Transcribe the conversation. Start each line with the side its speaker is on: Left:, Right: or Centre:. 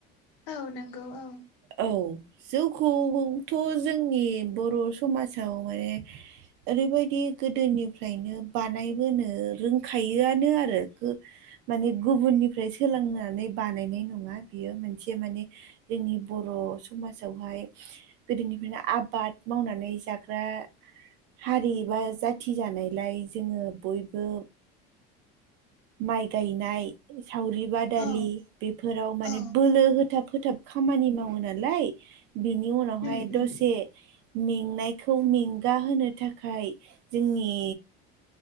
Left: औ नंगौ औ
Right: औ जौखौथ' जोंनि बर' समाजाव माने ओरैबायदि गोदोनिफ्रायनो बानायबोनो रोंखायोआनो आरो माने गुबुननिफ्राय सोलोंनानै बानायनाय नङा बियो मोनसे माने जोंनि बर' समाजावहाय गोदोनिफ्रायनो आबाद मावनानै जाग्रा हारि ए बा जाथि जानायलाय जोङो बयबो माइ गायनाय सावरि बादालि
Left: औ
Right: बेफोराव माने
Left: औ
Right: बोलो होथाब फोथाब खामानि मावो नालाय बिनि उनावहाय
Left: उम
Right: दसे
Left: उम
Right: मेंनायखौ मेंगााहो थाखाय जोंनि